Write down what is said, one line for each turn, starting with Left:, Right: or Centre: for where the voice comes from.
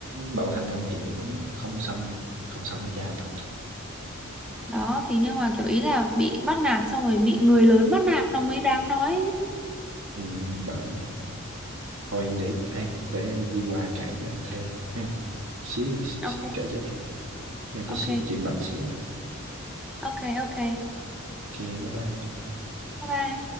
Right: bạo hành anh thì ổng không xong đâu. không xong với cha anh đâu
Centre: đó thì nhưng mà kiểu ý là bị bắt nạt xong rồi bị người lớn bắt nạt nó mới đáng nói chứ
Right: ừ, bởi vậy thôi để ai để đi qua kể cho anh thêm ha xíu đây xíu
Centre: ok
Right: anh kể cho thêm đang có
Centre: ok
Right: xíu chuyện bận xíu mà
Centre: ok ok
Right: ok bye bye
Centre: bye bye